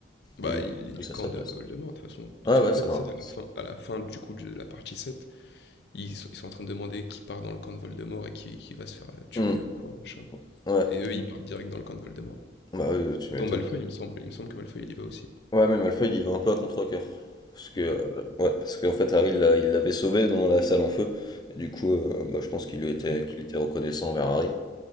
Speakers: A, on the left; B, on the left.
A: Bah,
B: il
A: il est
B: trouve
A: du
B: ça
A: camp
B: à sa
A: de
B: place.
A: Voldemort, de toute façon. Tu
B: Ouais,
A: te
B: ouais,
A: rappelles,
B: c'est
A: tu
B: un.
A: sais, à la fin, à la fin, du coup, de la partie sept ils sont, ils sont en train de demander qui part dans le camp de Voldemort et qui, qui va se faire euh, tuer
B: Hmm,
A: ou quoi, machin.
B: ouais,
A: Et eux, ils partent direct dans le camp de Voldemort.
B: bah oui, tu m'étonnes.
A: Dont Malfoy, il me semble. Il me semble que Malfoy, il y va aussi.
B: Ouais, mais Malfoy, il y va un peu à contre-cœur. Parce que,
A: Ouais.
B: euh, ouais, parce qu'en fait, Harry, l'a- il l'avait sauvé dans la salle en feu. Et du coup, euh, bah, je pense qu'il lui était,
A: Ah.
B: qu'il était reconnaissant envers Harry.